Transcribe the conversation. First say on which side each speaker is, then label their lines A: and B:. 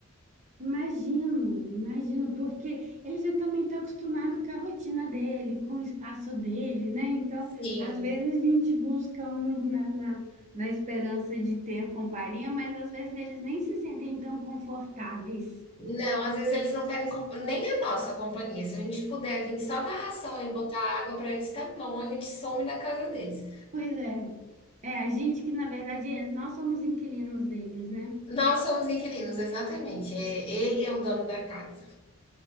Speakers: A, on the right; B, on the left.
A: Imagino, imagino, porque ele já também está acostumado com a rotina dele, com o espaço dele, né? Então,
B: Sim.
A: às vezes a gente busca um na, na, na esperança de ter companhia, mas às vezes eles nem se sentem tão confortáveis.
B: Não, às vezes eles não querem comp- nem a nossa companhia. Se a gente puder vir só dar ração e botar água para eles, tá bom, a gente some da casa deles.
A: Pois é. É, a gente que, na verdade, é- nós somos inquilinos deles, né?
B: Nós somos inquilinos, exatamente. É, ele é o dono da casa.